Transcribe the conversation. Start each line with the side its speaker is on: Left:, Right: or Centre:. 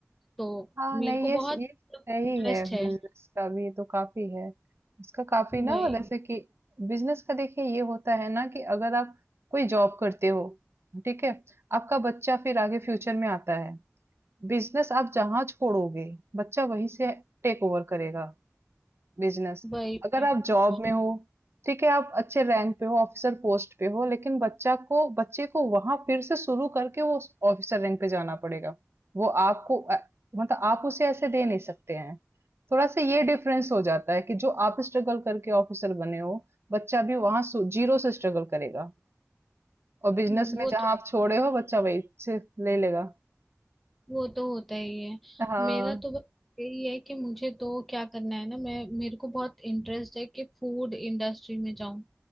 Centre: तो
Right: हाँ
Centre: मेरे
Right: नहीं
Centre: को
Right: ये
Centre: बहुत
Right: ये सही
Centre: इंटरेस्ट
Right: है
Centre: है
Right: बिजनेस का भी तो काफी है इसका काफी ना
Centre: वही
Right: जैसे कि बिजनेस का देखिए ये होता है ना कि अगर आप कोई जॉब करते हो ठीक है आपका बच्चा फिर आगे फ्यूचर में आता है बिजनेस आप जहाँ छोड़ोगे बच्चा वहीं से टेक ओवर करेगा बिजनेस
Centre: वही वही
Right: अगर आप जॉब में हो ठीक है आप अच्छे रैंक पे हो ऑफिसर पोस्ट पे हो लेकिन बच्चा को बच्चे को वहां फिर से शुरू करके वो ऑफिसर रैंक पे जाना पड़ेगा वो आपको अ, मतलब आप उसे ऐसे दे नहीं सकते हैं थोड़ा सा ये डिफरेंस हो जाता है कि जो आप स्ट्रगल करके ऑफिसर बने हो बच्चा भी वहां जीरो से स्ट्रगल करेगा और बिजनेस
Centre: हम्म,
Right: में
Centre: वो तो
Right: जहां आप छोड़े हो बच्चा वही से ले लेगा
Centre: वो तो होता ही है
Right: हाँ
Centre: मेरा तो बस यही है कि मुझे तो क्या करना है ना मैं मेरे को बहुत इंटरेस्ट है कि फूड इंडस्ट्री में जाऊं